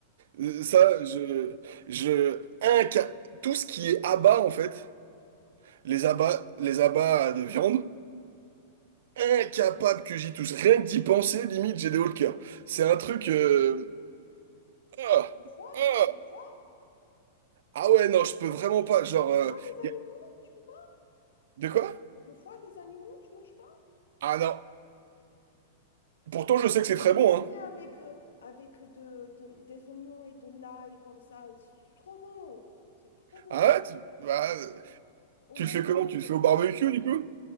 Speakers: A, on the right; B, on the left.
A: Euh, Ça, je... je inca- Tout ce qui est abats en fait, les abats, les abats de viande, incapable que j'y touche. Rien que d'y penser, limite, j'ai des hauts le cœur. C'est un truc... euh, Ah,
B: Le foie,
A: ah,
B: tu aimes pas le foie?
A: Ah ouais, non, je peux vraiment pas. Genre...
B: Le
A: euh,
B: foie des animaux,
A: y a-
B: tu peux pas?
A: De quoi?
B: Le foie des animaux, tu manges pas?
A: Ah non. Pourtant, je sais que c'est très
B: Cuisiner
A: bon, hein.
B: avec, euh, avec de, de- des oignons et de l'ail comme ça, c'est trop bon. C'est trop bon.
A: Ah ouais? Tu, bah,
B: Mais oui. Ou
A: tu
B: même,
A: le fais comment?
B: tu sais
A: Tu
B: que...
A: le fais au barbecue,
B: ah,
A: du coup?